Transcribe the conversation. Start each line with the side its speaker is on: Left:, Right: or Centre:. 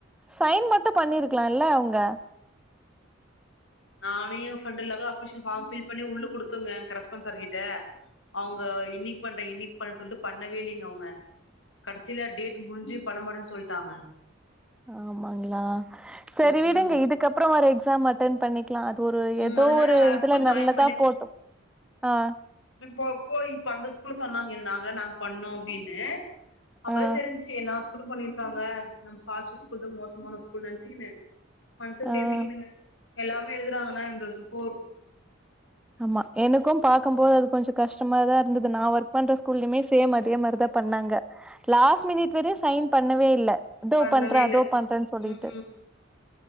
Centre: சைன் மட்டும் பண்ணிருக்கலால்ல அவுங்க
Left: நானு எ friend Latha application form fill பண்ணி உள்ள குடுத்துங்க கரஸ்பான்ஸ் சார்கிட்ட அவுங்க இன்னைக்கு பண்றே இன்னைக்கு பண்றே சொல்லிட்டு பண்ணவே இல்லைங்க அவுங்க கடைசியல டேட் முடிஞ்சு பண்ணமாட்டேன்னு சொல்லிட்டாங்க
Centre: ஆமாங்களா சரி
Left: ம்
Centre: விடுங்க
Left: ம்
Centre: இதுக்கு அப்பறோ வர எக்ஸாம் அட்டன் பண்ணி ஒரு
Left: ம்
Centre: ஏதோ
Left: அதனால
Centre: ஒரு
Left: நா வேற
Centre: இதுல
Left: ஸ்கூல் ஜாயின்
Centre: நல்லதா போட்டு ஆ
Left: ப்ப போய் இப்ப அந்த ஸ்கூல்ல சொன்னாங்க இது நாங்கள நாங்க பண்ணோ அப்டின்னு அப்பதா
Centre: ஆ
Left: தெரிஞ்சு எல்லா ஸ்கூலு பண்ணி இருக்காங்க நம்ம ஸ்கூல் தா மோசமான ஸ்கூல்னு நெனச்சுகினு மனச தேத்துக்கணுங்க
Centre: ஆ
Left: எல்லாமே எழுதுறாங்கன்னா இந்த வருஷ போரு
Centre: ஆமா எனக்கு பாக்கும்போது அது கொஞ்சோ கஷ்டமா தா இருந்தது நா ஒர்க் பண்ற ஸ்கூல்லயுமே சேம் அதே மாதிரிதா பண்ணாங்க லாஸ்ட் மினிட் வரையு சைன் பண்ணவே இல்ல இதோ
Left: பண்ணவே
Centre: பண்றே
Left: இல்ல
Centre: அதோ பண்றேனு சொல்லிட்டு
Left: ம்